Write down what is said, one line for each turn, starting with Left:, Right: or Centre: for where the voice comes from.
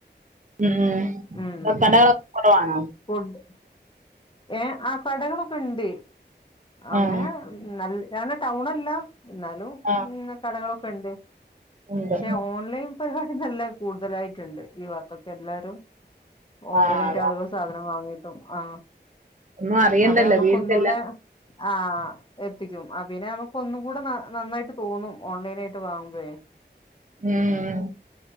Right: ഉം പ്പം
Left: ഉം
Right: കടകളൊ കൊതുവാണോ
Left: ഫുഡ് ഏ ആ കടകളൊക്കെ ഉണ്ടെ അങ്ങനെ
Right: ആഹ്
Left: ന ഞാന് ടൗണല്ല എന്നാലും
Right: ആഹ്
Left: ഉം കടകളൊെ ക്കൊണ്ട്
Right: ഉണ്ട്
Left: ക്ഷെ ഓൺലൈൻ പരിപാടി നല്ല കൂടുതലായിട്ടുണ്ട് ഈ ഭാഗത്തൊക്കെ എല്ലാരും ഓൺലൈൻ
Right: ആഹ്
Left: ആയിട്ട്
Right: അതാ
Left: ആളുകൾ സാധനം വാങ്ങിയിട്ടു ആ
Right: ഒന്നും അറിയണ്ടല്ലോ
Left: അപ്പ നമുക്ക്
Right: വീട്ടിലെല്ലാം
Left: ഒന്നൂടെ ആ എത്തിക്കും അ പിന്നെ നമുക്ക് ഒന്നും കൂടെ ന നന്നായിട്ട് തോന്നും ഓൺലൈനായിട്ട് വാങ്ങുമ്പഴെ
Right: ഉം ഉം